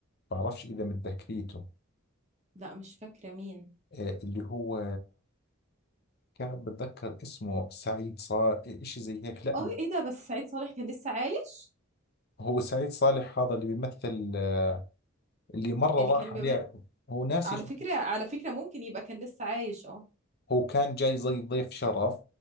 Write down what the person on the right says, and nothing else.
لا مش فاكرة مين
اه ايه ده بس سعيد صالح كان لسه عايش
اللي كان
بيبقى
على فكرة على فكرة ممكن يبقى كان لسه عايش اه